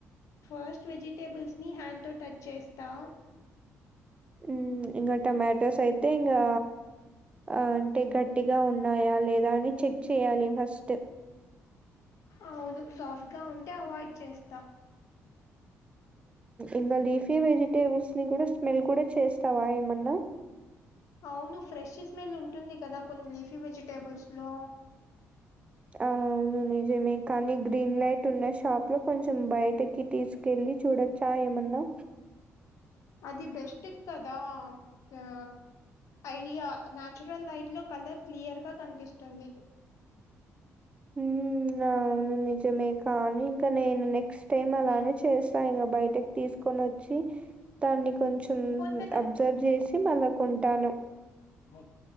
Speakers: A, on the left (about 70°); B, on the right (about 20°).
A: ఫస్ట్ వెజిటేబుల్స్ ని హ్యాండ్ తో టచ్ చేస్తా
B: హు ఇంకా టొమాటోస్ అయితే ఇంకా ఆ అంటే గట్టిగా ఉన్నాయా లేదా అని చెక్ చెయ్యాలి ఫస్ట్
A: అవును సాఫ్ట్ గా ఉంటే అవాయిడ్ చేస్తా
B: ఇంకా లీఫీవెజిటేబుల్స్ ని కూడా స్మెల్ కూడా చేస్తావా ఏమన్నా
A: అవును ఫ్రెష్ స్మెల్ ఉంటుంది కదా కొన్ని లీఫీ వెజిటేబుల్స్ లో
B: ఆవును నిజమే కానీ గ్రీన్ లైట్ ఉన్న షాప్ లో కొంచెం బయటకి తీసుకెళ్ళి చూడొచ్చా ఏమన్నా
A: అది బెస్ట్ కదా ఆ ఐడియా నాచురల్ లైట్ లో కలర్ క్లియర్ గా కనిపిస్తుంది
B: హూ అవును నిజమే కానీ ఇంకా నేను నెక్స్ట్ టేమ అలానే చేస్తా ఇంక బయటకి తీసుకొని వచ్చి దాన్ని కొంచం
A: ఫోన్ పే
B: అబ్జర్వ్ చేసి మళ్ళ కొంటాను
A: వా